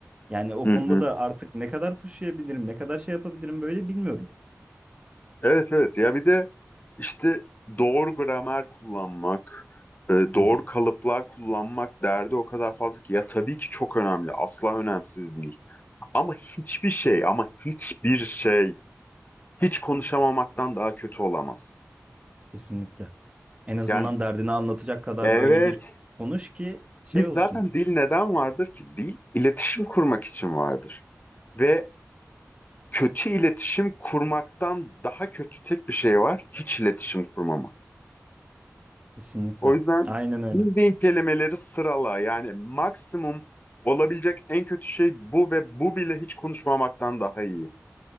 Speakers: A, on the right; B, on the left.
A: Yani o
B: hı
A: konuda
B: hı.
A: da artık ne kadar pushlayabilirim, ne kadar şey yapabilirim böyle bilmiyorum.
B: Evet evet ya bir de işte doğru gramer kullanmak, e, doğru
A: Hı hı.
B: kalıplar kullanmak derdi o kadar fazla ki ya tabii ki çok önemli asla önemsiz değil. Ama hiçbir şey ama hiçbir şey hiç konuşamamaktan daha kötü olamaz.
A: Kesinlikle. En azından
B: Yani
A: derdini anlatacak kadar
B: evet
A: böyle bir konuş ki şey
B: dil-
A: olsun.
B: zaten dil neden vardır ki? Dil iletişim kurmak için vardır. Ve kötü iletişim kurmaktan daha kötü tek bir şey var. Hiç iletişim kurmamak.
A: Kesinlikle.
B: O yüzden
A: Aynen öyle.
B: bildiğin kelimeleri sırala. Yani maksimum olabilecek en kötü şey bu ve bu bile hiç konuşmamaktan daha iyi.